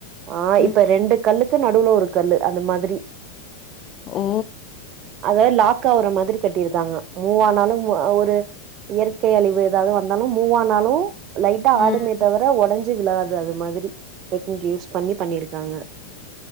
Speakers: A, on the right (about 40°); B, on the left (about 35°).
A: ஆஹ்
B: ம்,
A: இப்ப ரெண்டு கல்லுக்கு நடுவுல இருக்கு கல் அந்த மாதிரி
B: ஒ
A: அதாவது லாக் ஆவுற கட்டியிருக்காங்க மூவா நாளும் ஒரு இயற்கை அழிவு ஏதாவது இருந்தாலும் மூவனாலும் லைட்டா ஆடுமே
B: ம்,
A: தவிர உடஞ்சு விலாது அது மாதிரி டெக்னிக் யூஸ் பண்ணி பண்ணிருக்காங்க